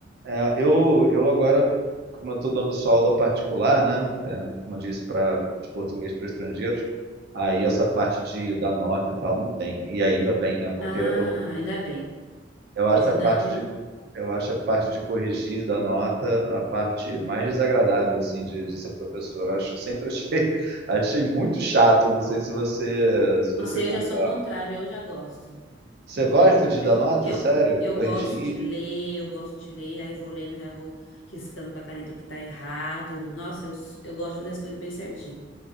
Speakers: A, on the right (about 55°); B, on the left (about 80°).
A: é, eu, eu agora, como eu estou dando só aula particular, né, é, como eu disse, para de português para estrangeiros, aí essa parte de da nota e tal não tem. E ainda bem, né, porque
B: Ah,
A: eu, eu, não-
B: ainda bem.
A: eu
B: Porque
A: acho
B: senão.
A: a parte de eu acho a parte de corrigir da nota a parte mais desagradável assim de, de ser professor. Eu Acho sempre achei <laughs> achei muito chato. Não sei se você se você
B: Nossa, eu
A: concorda.
B: já sou ao contrário, eu já gosto.
A: Você gosta de
B: Eu,
A: dar nota?
B: eu,
A: Sério?
B: eu
A: Corrigir?
B: gosto de ler, eu gosto de ler, aí vou lendo, já vou riscando com a caneta o que tá errado. Nossa, eu, eu gosto de fazer as coisas bem certinho.